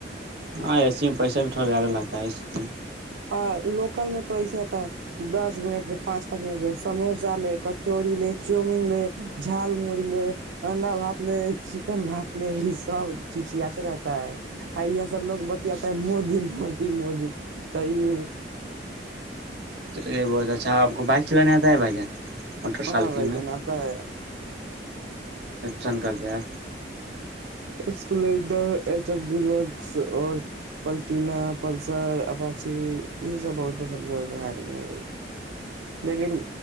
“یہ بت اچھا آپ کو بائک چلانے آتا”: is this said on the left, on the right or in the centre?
Right